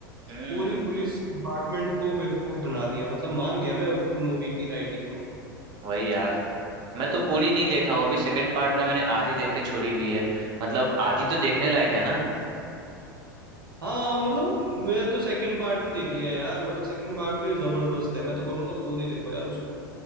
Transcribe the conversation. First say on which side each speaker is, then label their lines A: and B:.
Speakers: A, on the right; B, on the right.
A: हम्म
B: पूरे पुलिस डिपार्टमेंट को बेवकूफ बना दिया मतलब मान गया मैं उस मूवी की राइटिंग को
A: वही यार मैं तो पूरी नहीं देखा हूँ अभी सेकंड पार्ट में मैंने आधी देख के छोड़ी हुई है मतलब आधी तो देखने लायक है ना
B: हाँ मतलब मैं तो सेकंड पार्ट भी देख लिया यार मतलब सेकंड पार्ट भी जबरदस्त है मैं तो बोलूंगा पूरी देखो यार उसको